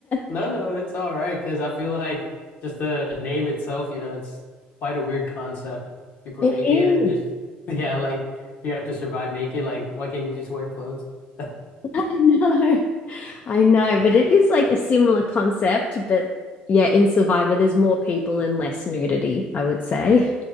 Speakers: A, on the left (about 65°); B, on the left (about 40°).
A: No,
B: <laughs>
A: no, it's all right because I feel like just the name itself, you know, it's quite a weird concept. People
B: It
A: are naked
B: is.
A: and just, <laughs> yeah, like you have to survive naked. Like, why can't you just wear clothes? <laughs>
B: I know. I know, but it is like a similar concept, but yeah, in Survivor, there's more people and less nudity, I would say.